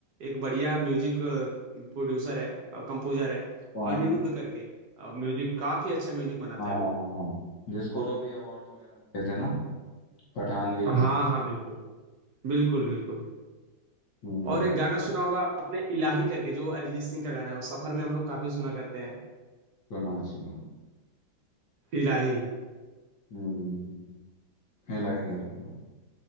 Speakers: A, on the right (about 65°); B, on the left (about 65°).
A: एक बढ़िया म्यूजिक प्रोड्यूसर है कंपोजर है
B: कौन
A: अनिरुद्ध
B: है
A: करके म्यूजिक काफी अच्छा म्यूजिक बनाता
B: हाँ
A: है
B: हाँ
A: वो
B: हाँ हाँ जिसको तो अभी अवार्ड्स वगैरह मिले थे ना पठान के लिए
A: हाँ हाँ बिल्कुल बिल्कुल, बिल्कुल।
B: हम्म
A: और एक गाना सुना होगा आपने इलाही करके जो अरिजीत सिंह का गाना है, वो सफर में हम लोग काफ़ी सुना करते हैं,
B: सुना है सुना है।
A: इलाही।
B: हम्म इलाही का सुना है।